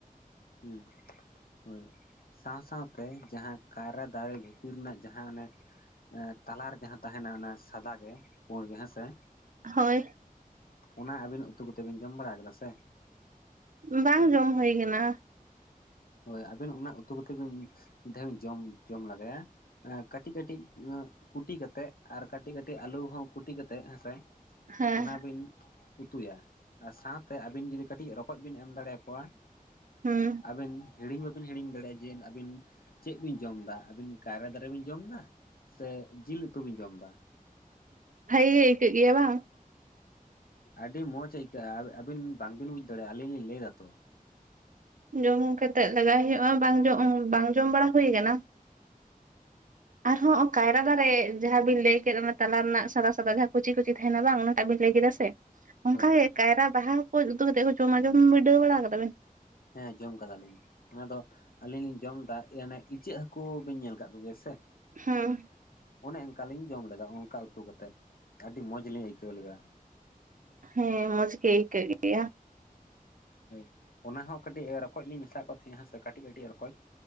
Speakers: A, on the left; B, on the right.
A: ᱦᱩᱸ ᱦᱳᱭ᱾ ᱥᱟᱶ ᱥᱟᱶᱛᱮ, ᱡᱟᱦᱟᱸ ᱠᱟᱭᱨᱟ ᱫᱟᱨᱮ ᱵᱷᱤᱛᱤᱨ ᱨᱮᱱᱟᱜ ᱡᱟᱦᱟᱸ ᱚᱱᱮ ᱛᱟᱞᱟᱨᱮ ᱡᱟᱦᱟᱸ ᱛᱟᱦᱮᱱᱟ ᱚᱱᱟ ᱥᱟᱫᱟ ᱜᱮ ᱯᱩᱸᱲ ᱜᱮ ᱦᱮᱸ ᱥᱮ
B: ᱦᱳᱭ᱾
A: ᱚᱱᱟ ᱟᱹᱵᱤᱱ ᱩᱛᱩ ᱠᱟᱛᱮᱫ ᱵᱤᱱ ᱡᱚᱢ ᱵᱟᱲᱟ ᱟᱠᱟᱫᱟ ᱥᱮ᱾
B: ᱵᱟᱝ ᱡᱚᱢ ᱦᱩᱭ ᱠᱟᱱᱟ᱾
A: ᱦᱳᱭ ᱟᱹᱵᱤᱱ ᱚᱱᱟ ᱩᱛᱩ ᱠᱟᱛᱮᱫ ᱵᱤᱱ ᱢᱤᱫ ᱫᱷᱟᱣ ᱵᱤᱱ ᱡᱚᱢ ᱡᱚᱢ ᱞᱮᱜᱟᱭᱟ ᱠᱟᱹᱴᱤᱡ ᱠᱟᱹᱴᱤᱡ ᱠᱩᱴᱤ ᱠᱟᱛᱮᱜ ᱟᱨ ᱠᱟᱹᱴᱤᱡ ᱠᱟᱹᱴᱤᱡ ᱟᱹᱞᱩ ᱦᱚᱸ ᱠᱩᱴᱤ ᱠᱟᱛᱮᱜ ᱦᱮᱸᱥᱮ᱾
B: ᱦᱮᱸ
A: ᱚᱱᱟ ᱵᱤᱱ ᱩᱛᱩᱭᱟ ᱟᱨ ᱥᱟᱶᱛᱮ ᱟᱹᱵᱤᱱ ᱡᱩᱫᱤ ᱠᱟᱹᱴᱤᱡ ᱨᱚᱠᱚᱡ ᱵᱤᱱ ᱮᱢ ᱫᱟᱲᱮᱭᱟ ᱠᱚᱣᱟ
B: ᱦᱩᱸ
A: ᱟᱹᱵᱤᱱ ᱦᱤᱲᱤᱧ ᱵᱟᱵᱤᱱ ᱦᱤᱲᱤᱧ ᱫᱟᱲᱮᱭᱟᱜᱼᱟ ᱡᱮ ᱟᱹᱵᱤᱱ ᱪᱮᱫ ᱵᱤᱱ ᱡᱚᱢ ᱮᱫᱟ ᱟᱹᱵᱤᱱ ᱠᱟᱭᱨᱟ ᱫᱟᱨᱮ ᱵᱤᱱ ᱡᱚᱢ ᱮᱫᱟ ᱥᱮ ᱡᱤᱞ ᱩᱛᱩ ᱵᱤᱱ ᱡᱚᱢ ᱮᱫᱟ
B: ᱵᱷᱟᱹᱜᱤ ᱜᱮ ᱟᱹᱭᱠᱟᱹᱜ ᱜᱮᱭᱟ ᱵᱟᱝ᱾
A: ᱟᱹᱰᱤ ᱢᱚᱡᱽ ᱟᱹᱭᱠᱟᱹᱜᱼᱟ ᱟᱹᱵᱤᱱ ᱵᱟᱝᱵᱤᱱ ᱵᱩᱡᱽ ᱫᱟᱲᱮᱭᱟᱜᱼᱟ ᱟᱹᱞᱤᱧ ᱞᱤᱧ ᱞᱟᱹᱭ ᱮᱟᱛᱚ
B: ᱡᱚᱢ ᱠᱟᱛᱮᱜ ᱞᱮᱜᱟᱣ ᱦᱩᱭᱩᱜᱼᱟ ᱵᱟᱝ ᱡᱚ ᱵᱟᱝ ᱡᱚᱢ ᱵᱟᱲᱟ ᱦᱩᱭ ᱟᱠᱟᱱᱟ ᱟᱨᱦᱚᱸ ᱠᱟᱭᱨᱟ ᱫᱟᱨᱮ ᱡᱟᱦᱟᱸ ᱵᱤᱱ ᱞᱟᱹᱭ ᱠᱮᱫ ᱚᱱᱟ ᱛᱟᱞᱟ ᱨᱮᱱᱟᱜ ᱥᱟᱫᱟ ᱥᱟᱫᱟ ᱡᱟᱦᱟᱸ ᱠᱩᱪᱤ ᱠᱩᱪᱤ ᱛᱟᱦᱮᱱᱟ ᱵᱟᱝ ᱚᱱᱟ ᱟᱨ ᱵᱤᱱ ᱞᱟᱹᱭ ᱠᱮᱫᱟ ᱥᱮ ᱚᱱᱠᱟ
A: ᱦᱳᱭ
B: ᱜᱮ ᱠᱟᱭᱨᱟ ᱵᱟᱦᱟ ᱦᱚᱸ ᱠᱚ ᱩᱛᱩ ᱠᱟᱛᱮᱫ ᱠᱚ ᱡᱚᱢᱟ ᱡᱚᱢ ᱵᱤᱰᱟᱹᱣ ᱵᱟᱲᱟ ᱠᱟᱫᱟ ᱵᱤᱱ?
A: ᱦᱮᱸ ᱡᱚᱢ ᱠᱟᱫᱟᱞᱤᱧ ᱚᱱᱟᱫᱚ ᱟᱹᱞᱤᱧ ᱞᱤᱧ ᱡᱚᱢ ᱫᱟ ᱮ ᱦᱟᱱᱮ ᱤᱪᱟᱹᱜ ᱦᱟᱹᱠᱩ ᱵᱤᱱ ᱧᱮᱞ ᱟᱠᱟᱫ ᱠᱚᱜᱮᱭᱟ ᱥᱮ
B: ᱦᱮᱸ
A: ᱚᱱᱮ ᱚᱱᱠᱟᱞᱤᱧ ᱡᱚᱢ ᱞᱮᱫᱟ ᱚᱱᱠᱟ ᱩᱛᱩ ᱠᱟᱛᱮᱫ ᱟᱹᱰᱤ ᱢᱚᱡᱽ ᱞᱤᱧ ᱟᱹᱭᱠᱟᱹᱣ ᱞᱮᱫᱟ
B: ᱦᱮᱸ ᱢᱡᱽ ᱜᱮ ᱟᱭᱠᱟᱹᱜ ᱜᱮᱭᱟ
A: ᱦᱳᱭ ᱚᱱᱟ ᱦᱚᱸ ᱠᱟᱹᱴᱤᱡ ᱨᱚᱠᱚᱡ ᱞᱤᱧ ᱢᱮᱥᱟᱣ ᱠᱚ ᱛᱟᱦᱮᱸ ᱦᱮᱸ ᱥᱮ ᱠᱟᱹᱴᱤᱡ ᱠᱟᱹᱴᱤᱡ ᱨᱚᱠᱚᱡ